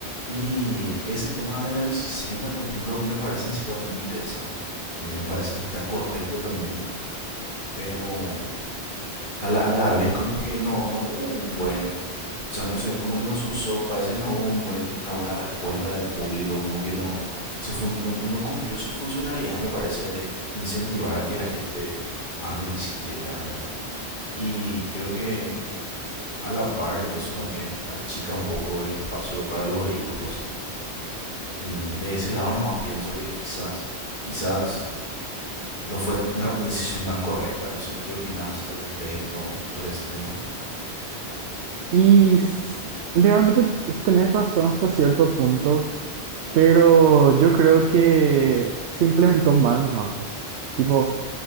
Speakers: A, on the left; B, on the right.
A: Y ese tema de la bicisenda, por ejemplo, me parece en serio muy interesante. Me me parece que está correcto también, pero a la, a la vez como que no, no hubo un buen, o sea, no sé, como que no se usó, parece que no hubo un buen, una buena respuesta del público, como que no, su fun- no, no cumplió su funcionalidad, me parece, de incentivar a que la gente ande en bicicleta, ¿verdad? Y creo que a la par eso también achica un poco el espacio para los vehículos Y de ese lado nomás pienso que quizás, quizás no fue una decisión tan correcta. No sé, ¿qué opinas al respecto sobre ese tema?
B: Y s- legalmente tenés razón hasta cierto punto, pero yo creo que se implementó mal nomás. Tipo,